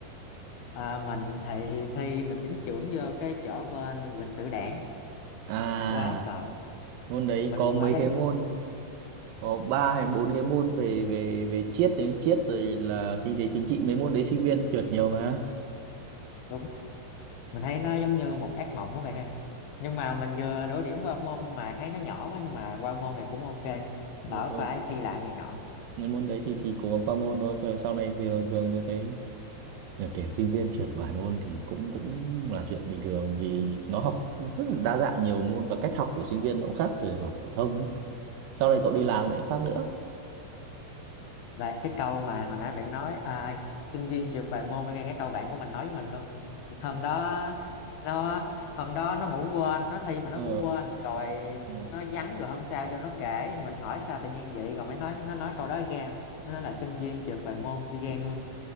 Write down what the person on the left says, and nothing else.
Ờ, mình thì thi mình dính chưởng vô cái chỗ bên lịch sử đảng,
quá sợ.
Mình
quá đáng
đúng mình thấy nó giống như một ác mộng của bạn ơi nhưng mà mình vừa đổ điểm qua môn nhưng mà thấy nó nhỏ quá nhưng mà qua môn này cũng ok đỡ
phải thi lại này nọ
và cái câu mà hồi nãy bạn nói à, sinh viên trượt vài môn với cái câu bạn của mình nói với mình luôn hôm đó nó hôm đó nó ngủ quên nó thi mà nó
ngủ quên rồi
nó vắng rồi hôm sau vô nó kể mình hỏi sao tự nhiên vậy rồi mới nói nó nói câu đó ra nó nói là sinh viên trượt vài môn đi ghen luôn